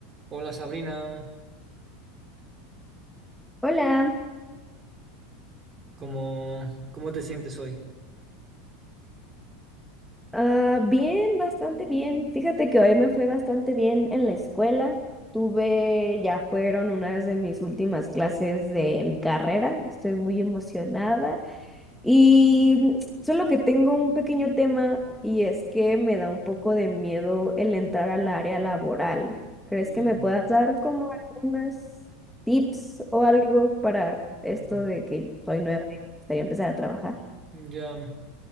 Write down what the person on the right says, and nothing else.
Hola Sabrina,
¿cómo, cómo te sientes hoy?
Mm,
mm,
ya,